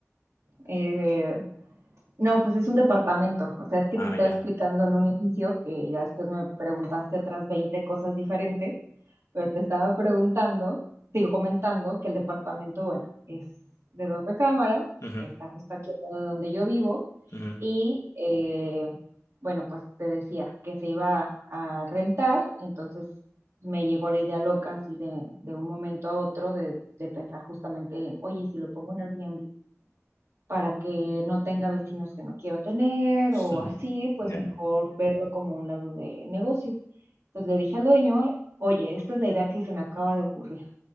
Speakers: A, on the right; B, on the left.
A: eh, No, pues es un departamento. O sea, es que
B: Ah,
A: te estaba
B: ya.
A: explicando en un inicio que ya después me preguntaste otras 20 cosas diferentes, pero te estaba preguntando, digo, comentando que el departamento, bueno, es de dos recámaras,
B: Ujú,
A: está justo aquí al lado de donde yo vivo
B: ujú,
A: y, eh, bueno, pues te decía que se iba a rentar, entonces me llegó la idea loca así de, de un momento a otro de, de pensar justamente en, oye, si lo pongo en Airbnb, para que no tenga vecinos que no quiero tener
B: <laughs>
A: o
B: ujú.
A: así, pues
B: Ya.
A: mejor verlo como un lado de negocio. Entonces le dije al dueño, oye, esta es la idea que se me acaba de ocurrir.